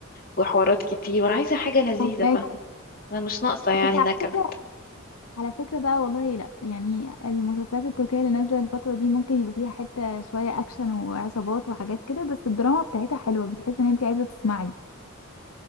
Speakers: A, on the left; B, on the left.
A: وحوارات كتير وانا عايزة حاجة لذيذة
B: هناك
A: بقى انا مش ناقصة يعني
B: بس على
A: نكد
B: فكرة على فكرة بقى والله لا يعني المسلسلات التركية اللي نازلة الفترة دي ممكن يبقى فيها حتة شوية أكشن وعصابات وحاجات كده بس الدراما بتاعتها حلوة بتحس إن أنت عايزة تسمعي